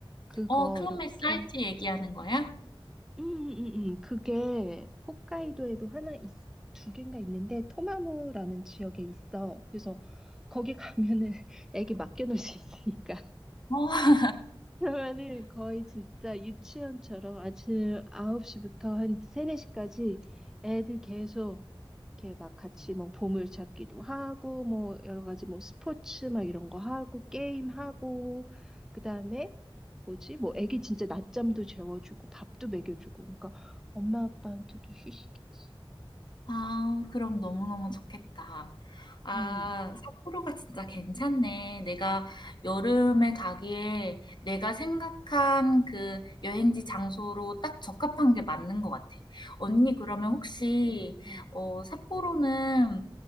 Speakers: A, in the centre; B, on the left (about 55°).
A: 그거
B: 어, 클럽메이트
A: 이렇게
B: 사이트 얘기하는 거야?
A: 음, 음, 음. 음. 그게 홋카이도에도 하나 있, 두 개인가 있는데 토마무라는 지역에 있어. 그래서 거기 가면은 <laughs> 애기 맡겨놓을 수 있으니까.
B: 어,
A: 그러면은 거의 진짜 유치원처럼 아침 9시부터 한 3, 4시까지 애들 계속 이렇게 막 같이 뭐 보물찾기도 하고 뭐 여러 가지 뭐 스포츠 막 이런 거 하고 게임하고 그다음에 뭐지? 뭐 애기 진짜 낮잠도 재워주고 밥도 먹여주고 그러니까 엄마 아빠한테도 휴식이지.
B: 아, 그럼 너무너무 좋겠다. 아,
A: 음.
B: 삿포로가 진짜 괜찮네. 내가 여름에 가기에 내가 생각한 그 여행지 장소로 딱 적합한 게 맞는 것 같아. 언니, 그러면 혹시,
A: 음.
B: 어, 삿포로는